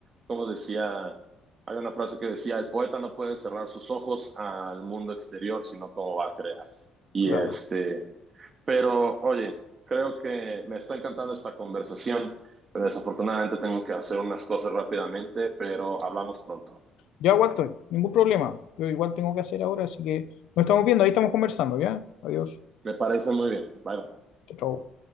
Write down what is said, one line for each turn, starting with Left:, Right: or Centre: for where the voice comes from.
Right: como decía, hay una frase que decía, el poeta no puede cerrar sus ojos al mundo exterior, sino cómo va a crear. Y
Left: Claro.
Right: este, pero oye, creo que me está encantando esta conversación, pero desafortunadamente tengo que hacer unas cosas rápidamente, pero hablamos pronto.
Left: Ya, Walter, ningún problema. Yo igual tengo que hacer ahora, así que nos estamos viendo, ahí estamos conversando, ¿ya? Adiós.
Right: Me parece muy bien. Bye. bye.
Left: Chao. chao.